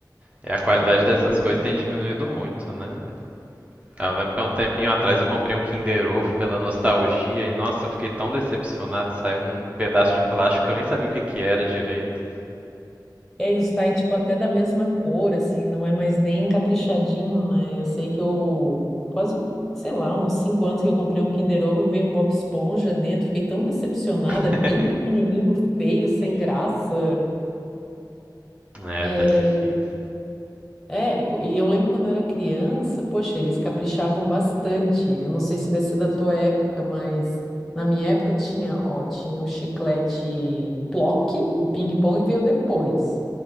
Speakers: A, on the right; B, in the centre.
A: é a qualidade
B: Todo.
A: dessas coisas tem diminuído muito, né? Eu lembro que há um tempinho atrás eu comprei um Kinder Ovo pela nostalgia e, nossa, eu fiquei tão decepcionado. Saiu um pedaço de plástico que eu nem sabia o que que era direito.
B: Eles saem, tipo, até da mesma cor, assim, não é mais nem caprichadinho, né? Eu sei que eu, faz um, sei lá, uns cinco anos que eu comprei um Kinder Ovo e veio um Bob Esponja dentro, fiquei tão decepcionada,
A: <laughs>
B: bem pequenininho, feio, sem graça.
A: É,
B: É,
A: tá difícil.
B: é, e co- e eu lembro quando eu era criança, poxa, eles caprichavam bastante. Eu não sei se vai ser da tua época, mas na minha época tinha, ó, tinha o chiclete Plock, o ping-pong veio depois.